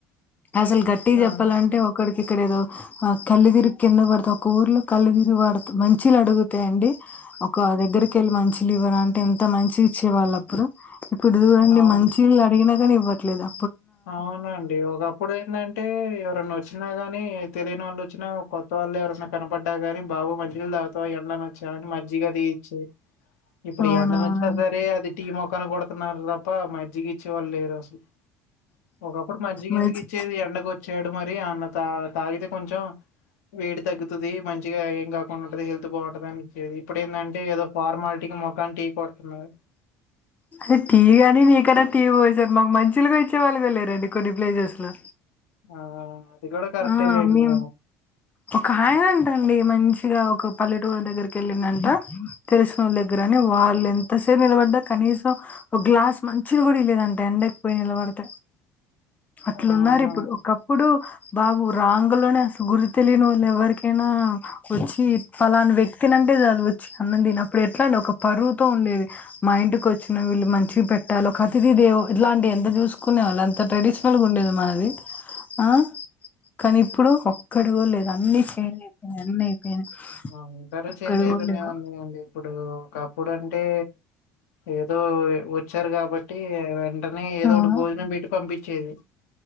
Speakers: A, on the left; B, on the left.
A: అసలు గట్టి చెప్పాలంటే
B: ఆ!
A: ఒక్కడి ఇక్కడేదో ఆ కల్లిదిరిగి కింద పడుతె ఒక ఊర్లో కల్లిదిరి పడుత మంచిలడు త అండి ఒక దగ్గరికి వెళ్ళి మంచి లివర్ అంటే ఎంత మంచి ఇచ్చేవాళ్ళప్పుడు ఇప్పుడు చూడండి
B: అవును.
A: మంచిళ్ళు అడిగినా కాని ఇవ్వట్లేదా
B: అవునండి ఒకప్పుడు ఏందంటే ఎవరన్నా వచ్చినా గాని తెలియని వాళ్ళు వచ్చినా కొత్త వాళ్ళు ఎవరైనా కనపడ్డా కాని బాబు మంచి నీళ్లు తాగుతవ ఎండ నొచ్చావ్ అని మజ్జిగా అది ఇచ్చి ఇప్పుడు
A: అవునవునండి
B: ఎండన వచ్చిన సరే అది టీ ముఖాన కొడుతున్నారు తప్ప మజ్జికి ఇచ్చేవాళ్ళు లేరు అసలు ఒకప్పుడు మజ్జిగ
A: మంచి
B: ఎందుకి ఇచ్చేది ఎండకు వచ్ చ్చడు మరి అన్న త తాగితే కొంచం వేడి తగ్గుతది మంచి మంచిగా ఏం కాకుండాంటది హెల్త్ బాగుంటది అని ఇచ్చేది ఇప్పుడు ఏందంటే ఏదో ఫార్మాలిటీకి మోఖాన టీ కొడుతున్నారు
A: అ టి గాని నిక్కిన టి పోశారు మాకు మంచి నీళ్ళు కూడ ఇచ్చేవాళ్ళు గుడ లేరండి కొన్ని ప్లేసెస్ లో
B: ఆ అది కూడా కరెక్టే
A: ఆ
B: లేండి
A: మేం కాయన అంట అండి మంచిగా ఒక పల్లెటూరు దగ్గరికి వెళ్ళిందంట తెలిసిన వాళ్ళ దగ్గర అని వాళ్ళు ఎంత సేర నిలబడ్డ కనీసం ఒక గ్లాస్ మంచి నీళ్ళు కూడా ఈ లేదంట అండి పోయి నిలబడితే అట్లున్నారు
B: అవునా
A: ఇప్పుడు ఒకప్పుడు బాబు రాంగులోనే అస గురు తెలియని వాళ్ళు ఎవరికైనా వచ్చి పలానా వ్యక్తిని అంటే చాలు వచ్చి అన్నం తినప్పుడు ఎట్ల అండి ఒక పరువుతో ఉండేది మా ఇంటికి వచ్చిన వీళ్ళు మంచిగా పెట్టాలి ఒక అతిథిదేవో ఇట్లాంటి ఎంత చూసుకో కునే వాళ్ళు అంత ట్రెడిషనల్గా ఉండేది మనది ఆ కాని ఇప్పుడు ఒక్కడు కూడా లేదు అన్ని చేంజ్ అయిపోయినాయి అన్ని అయిపోయినాయి
B: అందరు
A: ఒక్కడు
B: చేేంజ్ అయితూనే
A: కూడా లేవు
B: ఉన్నాయండి ఇప్పుడు ఒకప్పుడంటే ఏదో వ వచ్చారు కాబట్టి వెంటనే ఏదో
A: అవును
B: ఒకటి భోజనం పెట్టి పంపించేది